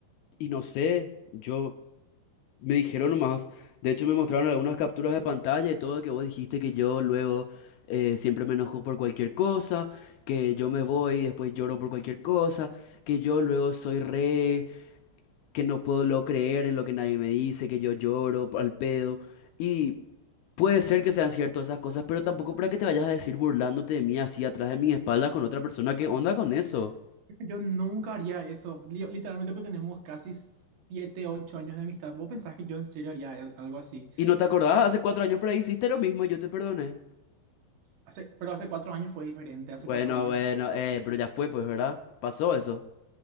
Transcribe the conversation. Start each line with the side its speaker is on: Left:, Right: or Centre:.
Left: Y no sé, yo Me dijeron nomás, de hecho me mostraron algunas capturas de pantalla y todo que vos dijiste que yo luego eh, siempre me enojo por cualquier cosa, que yo me voy y después lloro por cualquier cosa, que yo luego soy re, que no puedo luego creer en lo que nadie me dice, que yo lloro al pedo. Y puede ser que sean ciertas esas cosas, pero tampoco para que te vayas a decir burlándote de mí así atrás de mi espalda con otra persona, ¿qué onda con eso?
Right: Yo nunca haría eso. Li- Literalmente que tenemos casi siete, ocho años de amistad. ¿Vos pensás que yo en serio haría al- algo así?
Left: Y no te acordás, hace cuatro años por ahí hiciste lo mismo y yo te perdoné.
Right: Hace, pero hace cuatro años fue diferente. Hace
Left: Bueno,
Right: cuatro años.
Left: bueno, eh, pero ya fue pues, ¿verdad? Pasó eso.